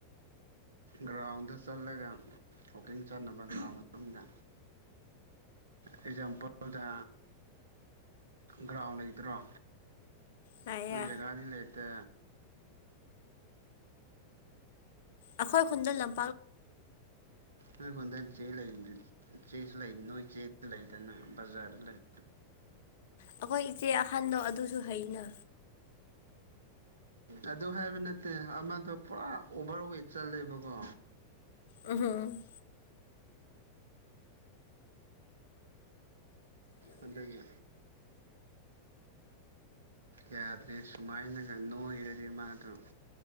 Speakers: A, on the right (about 70°); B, on the left (about 55°).
A: ꯒ꯭ꯔꯥꯎꯟꯗ ꯆꯠꯂꯒ ꯋꯥꯀꯤꯡ ꯆꯥꯟꯅꯕ ꯒ꯭ꯔꯥꯎ ꯃꯇꯨꯡꯗ ꯑꯦꯛꯖꯥꯝꯄꯜꯗ ꯒ꯭ꯔꯥꯎꯟ ꯂꯩꯕ꯭ꯔꯣ
B: ꯂꯩꯌꯦ
A: ꯅꯣꯏ ꯖꯒꯥꯗꯤ ꯂꯩꯇꯦ
B: ꯑꯩꯈꯣꯏ ꯈꯨꯟꯗ ꯂꯝ
A: ꯎ ꯍꯣꯟꯗꯅꯤ ꯆꯦ ꯂꯩ ꯆꯦꯁꯨ ꯂꯩ ꯅꯣꯏ ꯆꯦꯁꯨ ꯂꯩꯗꯅ ꯕꯖꯥꯔꯗ ꯂꯩ
B: ꯑꯩꯈꯣꯏ ꯏꯆꯦ ꯑꯍꯟꯗꯣ ꯑꯗꯨꯁꯨ ꯍꯩꯅ
A: ꯑꯗꯨ ꯍꯥꯏꯕ ꯅꯠꯇꯦ ꯑꯃꯗꯣ ꯄꯨꯔꯥ ꯑꯣꯚꯔ ꯋꯦꯠ ꯆꯠꯂꯦꯕꯀꯣ
B: ꯎꯝ
A: ꯑꯗꯨꯗꯒꯤ ꯌꯥꯗ꯭ꯔꯦ ꯁꯨꯃꯥꯏꯅꯒ ꯅꯣꯏꯔꯗꯤ ꯃꯥꯗꯣ